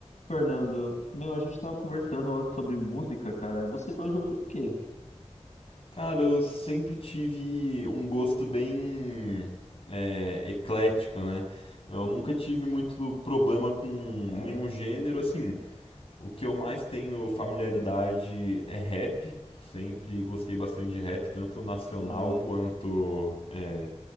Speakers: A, on the left (about 85°); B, on the left (about 50°).
A: Fernando, meu, a gente tava conversando antes sobre música, cara. Você gosta de ouvir o quê?
B: Cara, eu sempre tive um gosto bem é, eclético, né? Eu nunca tive muito problema com
A: É,
B: nenhum gênero, assim. O que eu mais tenho familiaridade é rap. Sempre gostei bastante de rap, tanto nacional
A: é,
B: quanto é,